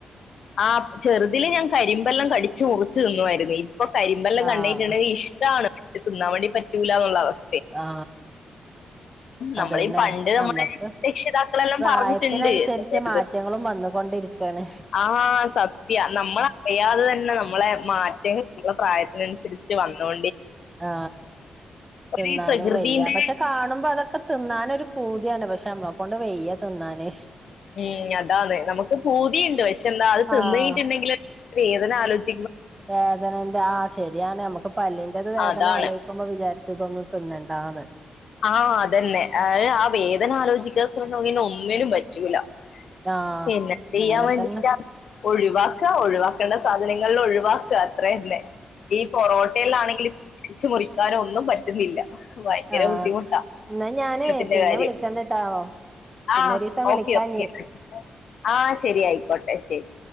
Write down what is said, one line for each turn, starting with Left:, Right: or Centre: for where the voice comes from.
Left: ആ ചെറുതിൽ ഞാൻ കരിമ്പെല്ലം കടിച്ചു മുറിച്ചു തിന്നുവായിരു ന്നെയ് ഇപ്പൊ കരിമ്പെല്ലാം
Right: ആഹ്
Left: കണ്ടെയ്ഞ്‌ണ്ടങ്കി ഇഷ്ടാണ് തിന്നാവേണ്ടി പറ്റൂല ന്നൊള്ള വസ്ഥ
Right: ആ അതന്നെ
Left: നമ്മളീ പണ്ട് നമ്മുടെ
Right: നമ്മക്ക്
Left: രക്ഷിതാക്കളെല്ലാം
Right: പ്രായത്തിനനുസരിച്ച്
Left: പറഞ്ഞിട്ടുണ്ട് തിന്നരുത്
Right: മാറ്റങ്ങളും വന്നു കൊണ്ടിരിക്കയാണ്
Left: ആ സത്യ നമ്മളറിയാതെ തന്നെ നമ്മളെ മാറ്റങ്ങൾ മ്മളെ പ്രായ അതിനനുസരിച്ച് വണോ
Right: ആ തിന്നാനും
Left: ഒരു പ്രകൃതിന്റെ
Right: വയ്യ പക്ഷെ കാണുമ്പോ അതൊക്കെ തിന്നാനൊരു പൂതിയാണ് പക്ഷെ നമ്മളെക്കൊണ്ട് വെയ്യ തിന്നാന്
Left: ഉം അതാണ് നമുക്ക് പൂതിണ്ട് പക്ഷെ എന്താ അത് തിന്ന്
Right: ആഹ്
Left: കഴിഞ്ഞ് ട്ട്ണ്ടെങ്കിൽ വേദനാലോചി
Right: വേദനന്റെ ആ ശെരിയാണ് അമ്മക്ക് പല്ലി ഏത് വേദന
Left: അതാണ്
Right: ആലോയ്ക്കുമ്പോ വിചാര്ച്ചും ഇതൊന്നും തിന്നണ്ടാന്ന്
Left: ആ അതെന്നെ ആ വേദന ആലോചിക്കാ <unintelligible> പിന്നെ ഒന്നിനും പറ്റൂല
Right: ആഹ്
Left: പിന്നെ ചെയ്യാൻ
Right: അങ്ങനെ
Left: വേണ്ടിട്ട
Right: തന്നെ
Left: ഒഴിവാക്ക ഒഴിവാ കണ്ട സാധനങ്ങൾ ഒഴിവാക്ക അത്രന്നെ ഈ പൊറോട്ടേലാണെങ്കില് കടിച്ച് മുറിക്കാനൊന്നും പറ്റുന്നില്ല ഭയങ്കര
Right: ആ
Left: ബുദ്ധിമുട്ടാ
Right: ന്നാ ഞാനേ
Left: ഇഷ്ടത്തിന്റെ
Right: പിന്നെ
Left: കാര്യം
Right: വിളിക്കണ്ട്ട്ടോ പിന്നെ
Left: ആ
Right: ഒരീസം
Left: ഓക്കെ
Right: വിളിക്കാഞ്ഞി
Left: ഓക്കെ ആ ശെരി ആയ്ക്കോട്ടെ ശെരി